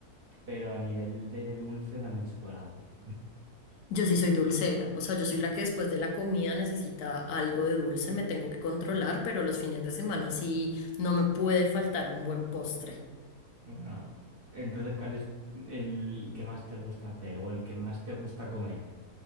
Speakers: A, on the right (about 55°); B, on the left (about 90°).
A: pero a nivel de dulce dame chocolate.
B: Yo sí soy dulcera, o sea, yo soy la que después de la comida necesita algo de dulce, me tengo que controlar, pero los fines de semana sí no me puede faltar un buen postre.
A: Ah, Entonces, ¿cuál es el que más te gusta hacer o el que más te gusta comer?